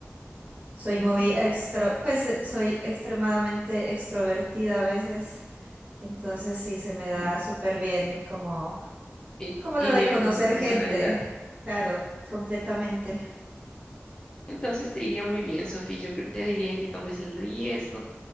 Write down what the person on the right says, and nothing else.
Soy
muy extro, pues eh, soy extremadamente extrovertida a veces. Entonces sí, se me da
súper bien como,
como lo
de conocer
gente. Claro, completamente.